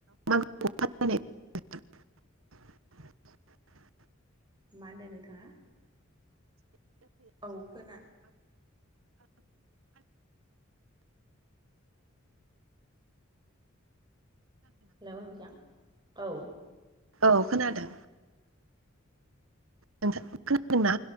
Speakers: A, on the right (about 80°); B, on the right (about 20°).
A: <unintelligible>
B: मा होनदों नोंथाङा? औ खोना हेलौ नोंथां औ
A: औ खोनादों। नोंथां खोनांगादोंना?